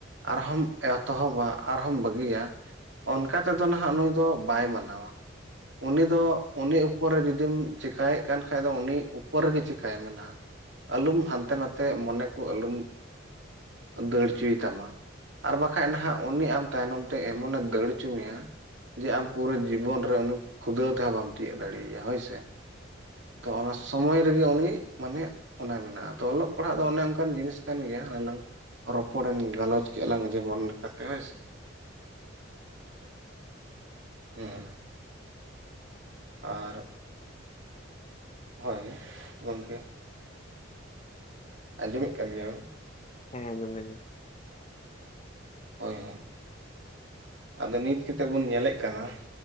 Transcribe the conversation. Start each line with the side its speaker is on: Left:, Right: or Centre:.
Right: ᱟᱨᱦᱚᱢ ᱮᱛᱚᱦᱚᱵᱟ ᱟᱨᱦᱚᱢ ᱵᱟᱹᱜᱤᱭᱟ ᱚᱱᱠᱟ ᱛᱮᱫᱚ ᱱᱟᱦᱟᱸᱜ ᱱᱩᱭ ᱵᱟᱭ ᱢᱟᱱᱟᱣᱟ ᱩᱱᱤ ᱫᱚ ᱩᱱᱤ ᱯᱚᱨᱮ ᱡᱩᱫᱤᱢ ᱪᱮᱠᱟᱭᱮᱫ ᱠᱟᱱ ᱠᱷᱟ ᱫᱚ ᱩᱱᱤ ᱩᱯᱚᱨ ᱨᱮᱜᱮ ᱪᱮᱠᱟᱭ ᱢᱮ ᱦᱟᱸᱜ ᱟᱞᱚᱢ ᱦᱟᱱᱛᱮ ᱱᱟᱛᱮ ᱛᱮ ᱢᱚᱱᱮ ᱠᱚ ᱟᱞᱚᱢ ᱫᱟᱹᱲ ᱦᱚᱪᱚᱭ ᱛᱟᱢᱟ ᱟᱨ ᱵᱟᱠᱷᱟᱡ ᱱᱟᱦᱟᱸᱜ ᱩᱱᱤ ᱟᱢ ᱛᱟᱭᱱᱚᱢ ᱛᱮ ᱮᱢᱚᱱ ᱮ ᱫᱟᱹᱲ ᱦᱚᱪᱚ ᱢᱮᱭᱟ ᱡᱮ ᱟᱢ ᱯᱩᱨᱟᱹ ᱡᱤᱵᱚᱱ ᱨᱮ ᱠᱷᱩᱫᱟᱹ ᱛᱮᱦᱚᱸ ᱵᱟᱢ ᱛᱤᱭᱟᱹᱜ ᱫᱟᱲᱮᱭᱟᱭᱟ ᱦᱳᱭᱥ ᱛᱚ ᱚᱱᱟ ᱥᱚᱢᱚᱭ ᱨᱮᱜᱮ ᱩᱱᱤ ᱢᱟᱱᱮ ᱚᱱᱟ ᱢᱮᱱᱟᱜᱼᱟ ᱛᱚ ᱚᱞᱚᱜ ᱯᱟᱲᱦᱟᱜ ᱫᱚ ᱚᱱᱮ ᱚᱱᱠᱟᱱ ᱡᱤᱱᱤᱥ ᱠᱟᱱ ᱜᱮᱭᱟ ᱦ ᱞᱝ ᱨᱚᱯᱚᱲᱮᱢ ᱜᱟᱞᱚᱪ ᱠᱮᱫᱼᱟ ᱞᱟᱝ ᱡᱮᱢᱚᱱ ᱞᱮᱠᱟᱛᱮ ᱦᱳᱭᱥ ᱦᱮᱸ <unintelligible> ᱟᱨ ᱦᱳᱭ ᱜᱚᱢᱠᱮ ᱟᱸᱡᱚᱢᱮᱫ ᱠᱟᱱ ᱜᱮᱭᱭᱟ
Left: ᱦᱮᱸ ᱟᱸᱚᱢ ᱜᱸᱚᱢ
Right: ᱦᱳᱭ ᱦᱳᱭ ᱟᱫᱚ ᱱᱤᱛ ᱠᱟᱛᱮᱜ ᱵᱚᱱ ᱧᱮᱞᱮᱫ ᱠᱟᱱᱟ